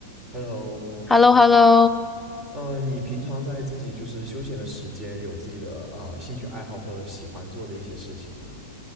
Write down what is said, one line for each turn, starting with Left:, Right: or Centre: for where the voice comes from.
Right: Hello，
Centre: h e l l o h e l l o
Right: 呃，你平常在自己就是休闲的时间，有自己的啊、呃兴趣爱好或者喜欢做的一些事情吗？